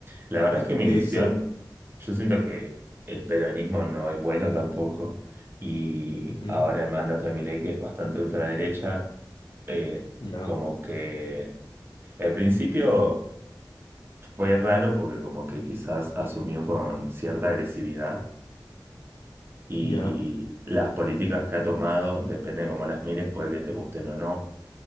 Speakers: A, on the right; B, on the left.
A: La verdad es que mi
B: Exacto.
A: visión, yo siento que el peronismo no es bueno tampoco, y
B: Ujú,
A: ahora el mandato de Milei, que es bastante ultraderecha, eh,
B: Ya,
A: como que al principio fue raro porque como que quizás asumió con cierta agresividad. Y
B: ya,
A: las políticas que ha tomado, depende de cómo las mires, puede que te gusten o no